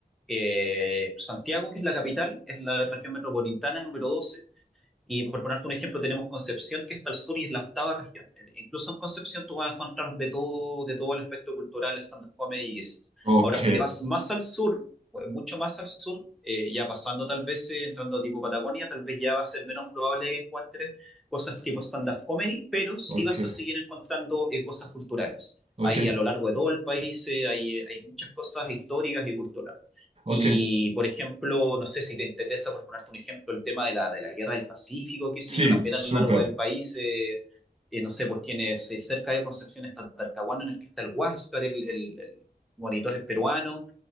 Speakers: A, in the centre; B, on the right.
A: eh, Santiago, que es la capital, es la región metropolitana número 12. Y por ponerte un ejemplo, tenemos Concepción, que está al sur y es la octava región. Eh, Incluso en Concepción tú vas a encontrar de todo, de todo el aspecto cultural, stand-up comedy y eso.
B: Ok,
A: Ahora, si te vas más al sur, pues, mucho más al sur, eh, ya pasando tal vez, eh, entrando tipo Patagonia, tal vez ya va a ser menos probable que encuentres cosas tipo stand-up comedy, pero sí
B: ok,
A: vas a seguir encontrando eh, cosas culturales.
B: ok,
A: Hay a lo largo de todo el país, eh, hay, eh, hay muchas cosas históricas y culturales.
B: ok.
A: Y, por ejemplo, no sé si te interesa, por ponerte un ejemplo, el tema de la, de la guerra del Pacífico, qué sé
B: Sí,
A: yo, también
B: súper.
A: a lo largo del país, eh, eh, no sé, pues tienes eh, cerca de Concepción está Talcahuano, en el que está el Huáscar, el, el- el monitor peruano,